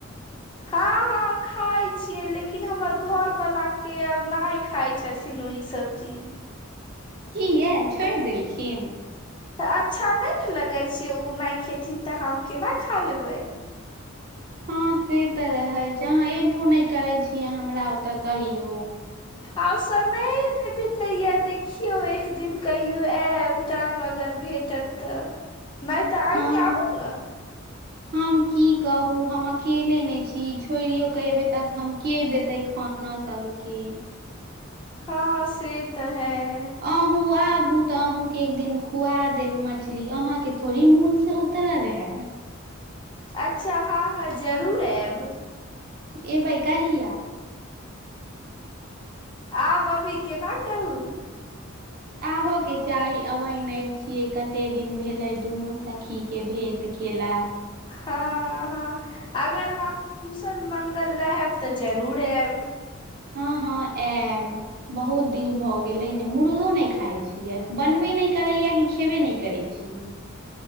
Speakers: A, on the left; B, on the right.
A: हाँ, हाँ। खाय छियै, लेकिन हमर घरवाला के आब नहि खाय छथिन ई सब चीज।
B: किया छोड़ि
A: तऽ
B: देलखिन।
A: तऽ अच्छा नैय ने लगै छैय, उ नैय खेथिन तऽ हम केना खा लेबैय।
B: हँ से तऽ रहैय छैय, आहाँ एबो नैय करैय छियै, हमरा ओता कहियो।
A: आब समयही नहि बितैया देखियौ एक दिन कहियो आयैब। टाइम अगर भेटत तऽ नहि तऽ अहीं
B: हँ
A: आबु न।
B: हम की कहू हम अकेले नहि छी, छोड़ियौ के एबैय ते हम के देतैय खाना सबके।
A: हाँ से तऽ हैै।
B: अहूँ आबू तऽ अहूँके एक दिन खुआ दैब मछली अहां के थोड़ी मन से उतरल है।
A: अच्छा हाँ, हाँ जरूर आयैब।
B: एबैय कहिया।
A: आब अभी केना कहू।
B: आबयै के चाही, अबैय नहि छियै कते दिन भेलैय दुनू सखी के भेट तऽ केला।
A: हाँ, हाँ अगर हम कुशल मंगल रहैब तऽ जरूर आयैब।
B: हँ हँ आयैब। बहुत दिन भऽ गेलैय ने मुर्गो नैय खाइय छियै, बनबे नैय करैयै कि खेबे नैय करैय छियै।